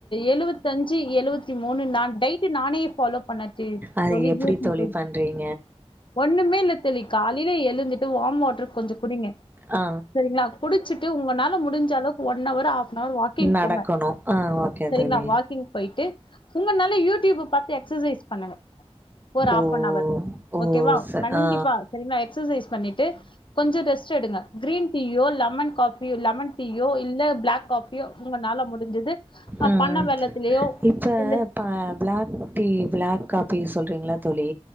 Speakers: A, on the left (about 50°); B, on the right (about 20°).
A: எழுவதஞ்சி எழுவத்த மூணு நான் டைட் நானே ஃபாலோ பண்ணே
B: அது
A: தோழி
B: எப்படி
A: யூடியூப்
B: தோழி பண்றீங்
A: ஒண்ணுமே இல்ல தோழி காலையில எழுந்துட்டு வாம் வாட்டரு கொஞ்சே குடிங்க
B: ஆ
A: சரிங்களா குடிச்சுட்டு உங்களனால முடிஞ்ச அளவுக்கு ஓட ஒன்னும் அவர் ஆப்னவர் வாக்கிங்
B: நடக்கணு
A: போங்க
B: ஆ ஓகே
A: சரிங்களா
B: தோழி
A: வாக்கிங் போயிட்டு உங்கால யூ யூடிப் பாத்து எக்சசைஸ் பண்ணுங்க ஒரு
B: ஓ
A: ஹாஃப் அன் அவர்
B: ஓ
A: ஓகேவா
B: ச
A: கண்டிப்பா
B: ஆ
A: சரிங்களா எக்ஸச எக்ஸ்சய்ஸ் பண்ணிட்டு கொஞ்சே ரெஸ்ட் எடுங்க கிரீன் டீயோ லெமன் காஃபியோ லெமன் டீயோ இல்ல பிளாக் காஃபியோ உங்கனால முடிஞ்சது அ
B: உம்
A: பன வெல்லத்திலயோ
B: இப்ப
A: இல்ல
B: பிளாக் டீ பிளாக் காபிஸ் சொல்றீங்களா தோழி